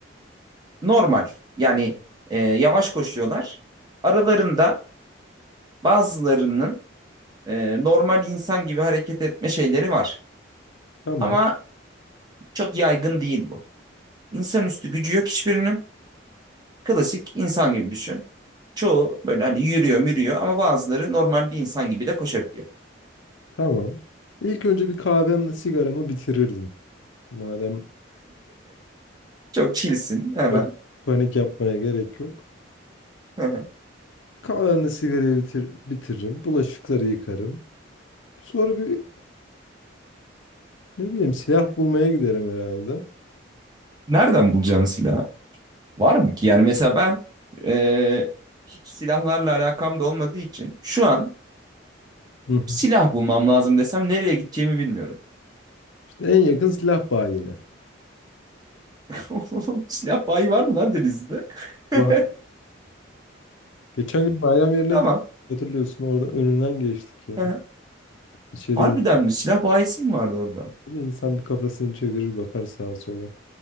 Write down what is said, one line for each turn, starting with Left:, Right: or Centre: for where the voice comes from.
Right: normal yani e, yavaş koşuyorlar. Aralarında bazılarının e, normal insan gibi hareket etme şeyleri var.
Left: Tamam.
Right: Ama çok yaygın değil bu. İnsanüstü gücü yok hiçbirinin. Klasik insan gibi düşün. Çoğu böyle hani yürüyor, mürüyor ama bazıları normal bir insan gibi de koşabiliyor.
Left: Tamam. İlk önce bir kahvemle sigaramı bitirirdim. Madem
Right: Çok chillsin hemen.
Left: çok panik yapmaya gerek yok.
Right: <laughs>
Left: Kahvemle sigarayı bitir bitiririm. Bulaşıkları yıkarım. Sonra bir ne bileyim silah bulmaya giderim herhalde.
Right: Nereden bulacaksın silah? Var mı ki? Yani mesela ben e, hiç silahlarla alakam da olmadığı için şu an
Left: Hı hı.
Right: silah bulmam lazım desem nereye gideceğimi bilmiyorum.
Left: En yakın silah bayine.
Right: <laughs> Oğlum, Silah bayi var mı lan Denizli'de? <laughs>
Left: Vah. Geçen gün bayram yerine
Right: Tamam.
Left: gittik. Hatırlıyorsun orada önünden geçtik ya.
Right: Hı hı.
Left: İçeri
Right: Harbiden
Left: in-
Right: mi? Silah bayisi mi vardı orada?
Left: insan bir kafasını çevirir bakar sağa sola.